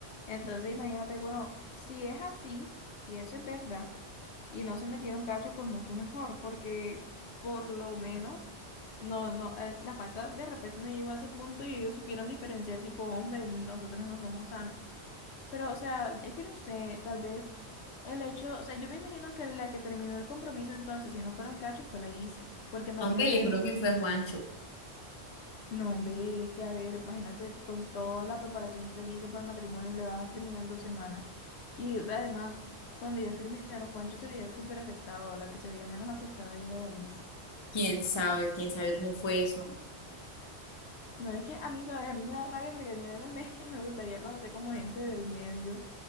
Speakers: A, on the left; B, on the left.
A: Entonces imagínate, bueno, si es así, si eso es verdad, y no se metieron cacho, pues mucho mejor, porque por lo menos, no, no, el- la falta de respeto no llegó a ese punto y ellos supieron diferenciar tipo, hombre, nosotros no somos sanos. Pero, o sea, es que no sé, tal vez el hecho, o sea, yo me imagino que la que terminó el compromiso entonces, si no fueron cachos, fue la hice, porque imagínate
B: Hombre, yo creo que fue Juancho.
A: no, hombre, es que a ver, imagínate con toda la preparación que él hizo para el matrimonio, le va a terminar en dos semanas. Y además, cuando ellos terminaron, Juancho se veía súper afectado, la que se veía menos afectada y era Gallise.
B: ¿Quién sabe? ¿Quién sabe cómo fue eso?
A: No es que a mí, ¿sabes? A mí me da rabia porque a mí a veces me, <laughs> me gustaría conocer como gente del medio,